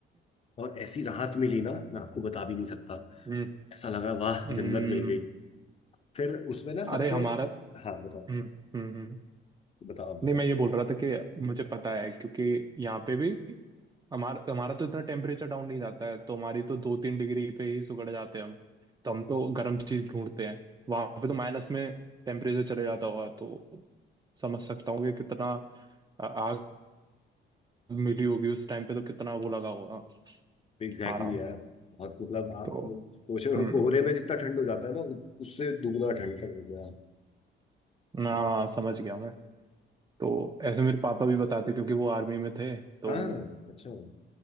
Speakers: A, on the left; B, on the right.
A: और ऐसी राहत मिली ना मैं आपको बता भी नहीं सकता
B: हम्म
A: ऐसा लगा वाह
B: हम्म
A: जन्नत मिल गई फिर उसमें ना
B: अरे
A: सबसे
B: हमारा
A: हाँ बताओ
B: हम्म हम्म हम्म।
A: बताओ आप बताओ
B: नहीं मैं ये बोल रहा था कि मुझे पता है क्योंकि यहाँ पे भी हमारा हमारा तो इतना टेम्परेचर डाउन नहीं जाता है तो हमारी तो दो तीन डिग्री पे ही सुगड़ जाते हैं हम तो हम तो गर्म चीज ढूंढते हैं वहां पे तो माइनस में टेम्परेचर चले जाता होगा तो समझ सकता हूँ कि कितना आ- आग मिली होगी उस टाइम पे तो कितना वो लगा होगा
A: एग्जैक्टली
B: आराम
A: exactly यार और मतलब आप
B: तो
A: सोच रहे हो
B: हम्म
A: कोहरे में जितना ठंड हो जाता है ना उस- उससे दुगना ठंड चल गया
B: हाँ समझ गया मैं तो ऐसे मेरे पापा भी बताते क्योंकि वो आर्मी में थे तो
A: हाँ अच्छा हम्म